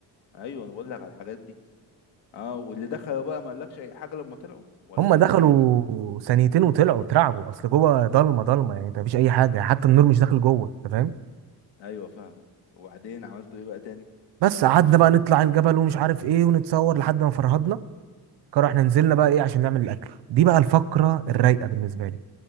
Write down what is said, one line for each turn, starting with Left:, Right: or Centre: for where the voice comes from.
Left: ايوه انا بقول لك على الحاجات دي اه واللي دخلوا بقى ما قالكش اي حاجه لما طلعوا ولا
Right: هم
Left: كان
Right: دخلوا
Left: عادي
Right: ثانيتين وطلعوا اترعبوا اصل جوه ضلمه ضلمه يعني انت مفيش اي حاجه حتى النور مش داخل جوه انت فاهم
Left: ايوه فاهم وبعدين عملتوا ايه بقى تاني
Right: بس قعدنا بقى نطلع الجبل ومش عارف ايه ونتصور لحد ما فرهدنا قرر احنا نزلنا بقى ايه عشان نعمل الاكل دي بقى الفقره الرايقه بالنسبه لي